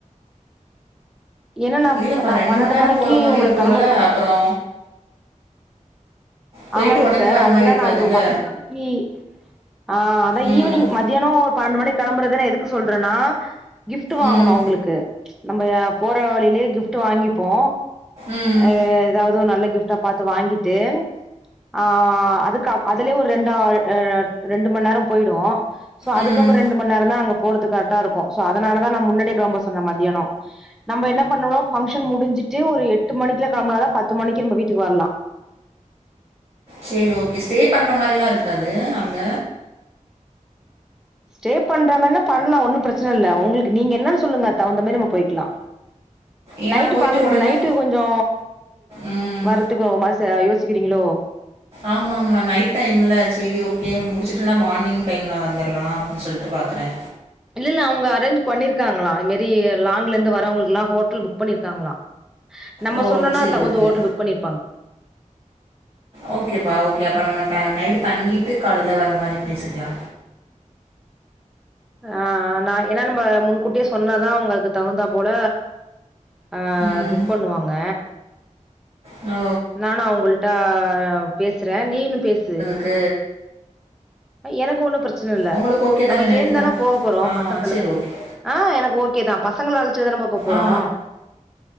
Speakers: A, in the centre; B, on the right (about 45°).
A: ஏன்னா நா
B: இல்லப்பா
A: நா
B: ரெண்டு
A: பன்னெண்டு
B: மண் நேரம்
A: மணிக்கு
B: போற மாரி
A: உங்கள
B: இருக்குல்ல
A: கெளம்ப சொல்
B: அப்புறோ போயிட்டு
A: ஆமா சிஸ்டர்
B: ஒடனே வர
A: அதுக்குதா
B: மாரி இருக்காதுல்ல
A: நா இப்ப பன்ணென்டு மணிக்கி ஆ அதா
B: ம்
A: ஈவினிங் ம மதியானோ ஒரு பன்னெண்டு மணி கெளம்புறதுன் எதுக்கு சொல்றன்னா கிஃப்ட் வாங்கணு
B: ம்
A: அவுங்களுக்கு நம்ம போற வழியிலேயே கிஃப்ட் வாங்கிப்போ
B: ம்
A: அ எதாவது நல்ல கிஃப் ட்டா பாத்து வாங்கிட்டு ஆ அதுக்கு அதுலயே ஒரு ரெண்ட அ ரெண்டு மண் நேரோ போய்டூ சோ அதுக்கப்றோ
B: ம்
A: ரெண்டு மண்நேரோதா அங்க போறத்துகு கரெக்டா இருக்கு சோ அதனாலதா நா முன்னடியே கிளம்ப சொன்ன மதியானோ நம்ப என்ன பண்ணவோ ஃபங்க்ஷன் முடிஞ்சிட்டு ஒரு எட்டு மணிக்குல கெளம்பனா தா பத்து மணிக்கு நம்ம வீட்டுக்கு வர்லா
B: செரி ஓக்கே ஸ்டே பண்ற மாரிலா இருக்காது அங்க
A: ஸ்டே பண்ற மாரினா பண்லா ஒன்னு பிரச்சன இல்ல உங்களுக்கு நீங்க என்னன் சொல்லுங்க அதுக் தகுந்த மாரி நம்ம போய்க்லா
B: ஏன்னா
A: நைட்டு
B: போயிட்டு
A: பாக்குறீங்க
B: ஒடனே
A: நைட்டு கொஞ்சோ
B: ம்
A: வரதுக்கு ஒரு மாச யோசிக்கிறீங்களோ
B: ஆமாமா நைட் டைம்ல செரி ஓக்கே முடிச்சிட்டுனா மார்னிங் டைம்ல வந்தற்லா அப்டின் சொல்ட்டு பாக்கற
A: இல்ல இல்ல அவுங்க அரேஞ்ச் பண்ணிருக்காங்களா அது மேரி லாங்ல இந்து வறவங்களுக்குல்லா ஹோட்டல் புக் பண்ணிருக்காங்ளா நம்ம
B: ஓ
A: சொன்னோனா
B: சேரி
A: தகுந்து
B: ஓகே
A: ஹோட்டல் புக் பண்ணிருப்பாங்
B: ஓக்கேப்பா ஓக்கே அப்போ நம்ம ட நைட்டு தங்கிட்டு காலைல வர மாரி பேசிக்கலா
A: ஆ நா ஏனா நம்ப முன்கூட்டியே சொன்னாதா உங்களுக்கு தகுந்தா போல ஆ
B: ம்
A: புக் பண்ணுவாங்க
B: ஓ
A: நானு அவுங்கள்ட்ட பேசற நீனு பேசு
B: கு
A: எனக்கு ஓன்னு பிரச்சன இல்ல
B: உங்களுக்கு ஓகே
A: நம்ம
B: தானே நைட்டு
A: சேந்தான
B: தங்
A: போக போறோ
B: ஆ
A: பசங்கள்ள
B: சேரி ஓகே
A: ஆ எனக்கு ஓக்கே தா பசங்கள அழச்சிட்டுதான பா போ போறோ
B: ஆ